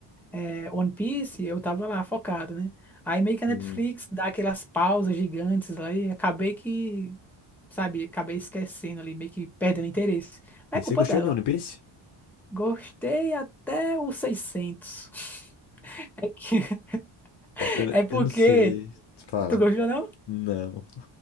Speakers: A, in the centre; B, on the left (about 55°).
A: é, One Piece, eu tava lá focado, né? Aí meio que a
B: Sim.
A: Netflix dá aquelas pausas gigantes lá e acabei que, sabe, acabei esquecendo ali, meio que perdendo interesse. Mas
B: E
A: é culpa
B: Você gostou
A: dela.
B: de One Piece?
A: Gostei até os 600. <laughs>
B: É, eu,
A: É porque.
B: eu não sei. Fala.
A: Tu gostou, não?
B: Não.